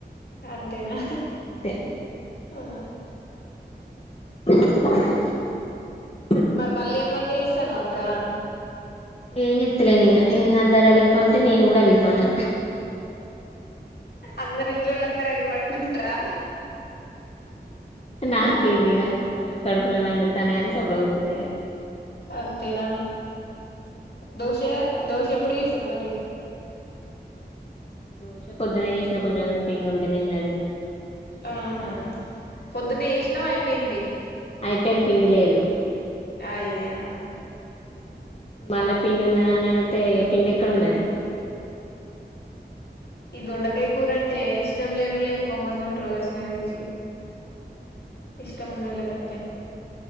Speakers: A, on the left (about 65°); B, on the left (about 35°).
A: అంతేనా
B: అంతే
A: ఆ
B: ఇక
A: మరి మళ్ళీ ఏం వంట చేస్తన్నావ్ అక్క
B: ఏం చేతలేను ఇగ ఏ అందరు అలిగిపోంటే నేను కూడా అలిగిపో అన్న
A: అందరు ఇండ్లలో అందరు అలిగి పడుకొంటారా
B: నాకేందిఇగ ఎవరి కడుపులో ఎండుతన్నాయ్ అని సప్పుడు కుకున్నా ఇగ
A: అంతేనా దోశ దోశ ఎప్పుడు చేస్తున్నావ్ మరి
B: దోశ పొద్దున ఏసినా కొంచెం ఉంది పిండి ఉంటే నిన్నడిది
A: ఆహా పొద్దున్నే ఏసినావ్ అయిపేంది
B: అయిపేంది పిండి లేదు
A: అయ్యా
B: మల్లా పిండి ఉన్నదా అని అడిగితే ఇగ పిండి ఎక్కడ ఉన్నది
A: ఈ దొండకాయ కూరంటే ఇష్టం లేనోళ్లు ఎక్కువ మంది ఉంటారు గావొచ్చు నాకి దెలిసి ఇష్టం ఉన్నోళ్లకంటే